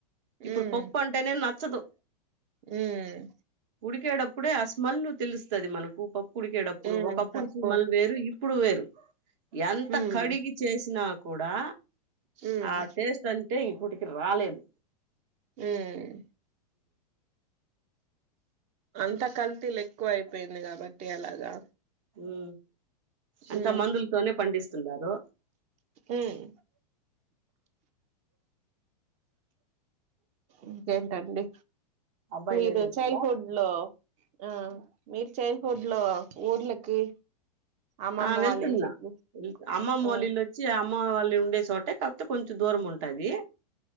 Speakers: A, on the right (about 35°); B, on the right (about 50°).
A: హ్మ్
B: ఇప్పుడు పప్పు అంటేనే నచ్చదు
A: హ్మ్
B: ఉడికేటప్పుడే ఆ స్మెల్ తెలుస్తది మనకు పప్ కుడికేటప్పుడు
A: హ్మ్
B: ఒకప్పుడు
A: తప్పు
B: సుమల్ వేరు ఇప్పుడు వేరు ఎంత
A: హ్మ్
B: కడిగి చేసినా కూడా
A: హ్మ్
B: ఆ టేస్ట్ అంటే ఇప్పటికీ రాలేదు
A: ఉం అంత కల్తీలు ఎక్కువ అయిపోయింది కాబట్టి అలాగా
B: ఉ
A: హ్మ్
B: అంతా మందులతోనే పండిస్తున్నారు
A: ఉం ఇంకెంటండి
B: అబ్బాయి
A: మీరు
B: లేసేసిండా
A: చైల్డ్ హుడ్ లో ఆ మీరు చైల్డ్ ఫుడ్లో ఊర్లకి అమ్మమ్మ
B: ఆ వెళ్తున్నా
A: వాళ్ళ ఇంటికి
B: అమ్మమ్మొల్ల
A: ఆ
B: ఇల్లు వచ్చి అమ్ మా వాళ్ళు ఉండే చోటే కాపోతే కొంచెం దూరం ఉంటది